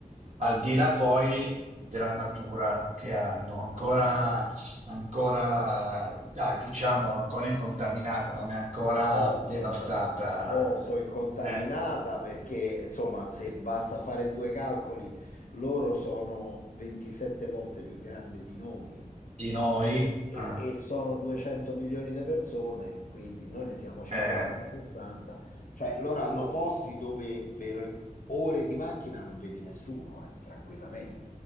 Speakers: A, on the right; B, on the left.
A: al di là poi della natura che hanno, ancora,
B: certo,
A: ancora dai, diciamo, ancora incontaminata, non è ancora
B: molto,
A: devastata
B: inconta- molto incontaminata
A: eh,
B: perché, insomma, se basta fare due calcoli, loro sono 27 volte più grandi di noi.
A: di noi. eh,
B: e, e sono 200 milioni di persone, quindi noi ne siamo 50,
A: eh,
B: 60, cioè loro hanno posti dove per ore di macchina non vedi nessuno, eh, tranquillamente,